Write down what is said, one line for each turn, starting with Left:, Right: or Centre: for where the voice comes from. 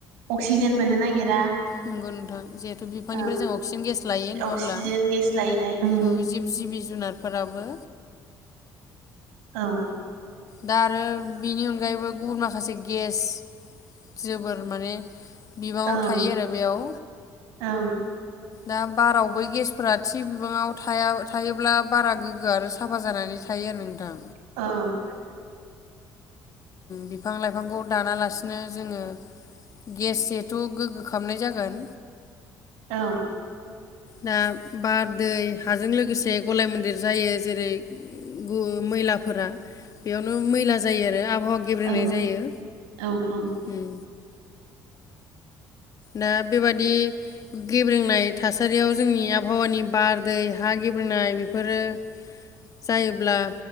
Right: अक्सिजेन मोननो नागिरा
Left: नंगौ नोंथां जिहेथु बिफांनिफ्राय
Right: ओं
Left: जों अक्सिजेन गेस लायो नङाहब्ला
Right: अक्सिजेन गेस लायै लायै ओं
Left: औ जिब जिब जुनारफोराबो
Right: औ
Left: दा आरो बेनि अनगायैबो गुबुन माखासे गेस जोबोर माने बिबाङाव
Right: औ
Left: थायो आरो बेयाव
Right: ओं
Left: दा बारावबो गेसफोरा थि बिबाङाव थाया थायोब्ला बारा गोग्गो आरो साफा जानानै थायो आरो नों थां
Right: औ
Left: बिफां लाइफांखौ दानालासिनो जोङो गेस जिहेथु गोग्गो खालामनाय जागोन
Right: औ
Left: दा बार दै हाजों लोगोसे गलाय मन्दिर जायो जेरै गु मैलाफोरा बेयावनो मैला जायो आरो आबहावा गेब्रेंनाय
Right: ओं
Left: जायो
Right: औ औ
Left: हम ना बेबादि गेब्रेनाय थासारियाव जोंनि आबहावानि बार दै हा गेब्रेंनाय बेफोरो जायोब्ला